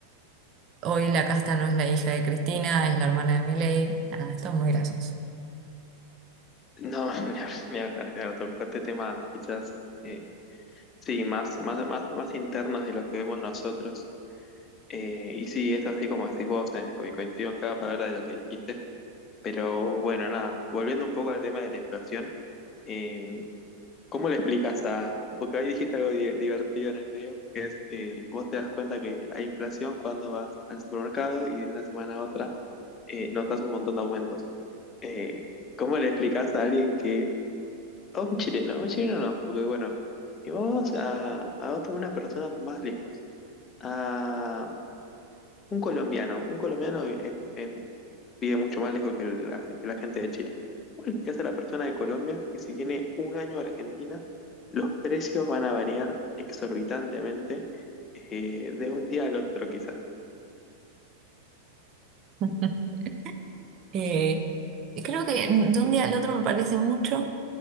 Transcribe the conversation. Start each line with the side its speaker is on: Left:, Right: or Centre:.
Right: Hoy la casta no es la hija de Cristina, es la hermana de Milei. Ah, esto es muy gracioso.
Left: No, <laughs> ni hab- ni hablar, claro, tocó este tema quizás, eh, sí, más, más, más, más internos de lo que vemos nosotros. Eh, y sí, es así como decís vos, eh, co- coincido en cada palabra de lo que dijiste. Pero bueno, nada, volviendo un poco al tema de la inflación, eh, ¿cómo le explicas a...? Porque ahí dijiste algo di- divertido en el medio, que es, eh, vos te das cuenta que hay inflación cuando vas al supermercado y de una semana a otra eh, notas un montón de aumentos. Eh, ¿cómo le explicas a alguien que o un chileno, un chileno no, porque bueno, y vamos a, a otra- una persona más lejos, a un colombiano, un colombiano es- es- vive mucho más lejos que la, que la gente de Chile. ¿Cómo le explicás a la persona de Colombia que si tiene un año a Argentina, los precios van a variar exorbitantemente eh, de un día al otro quizás?
Right: <laughs> Eh, y creo que de un día al otro me parece mucho.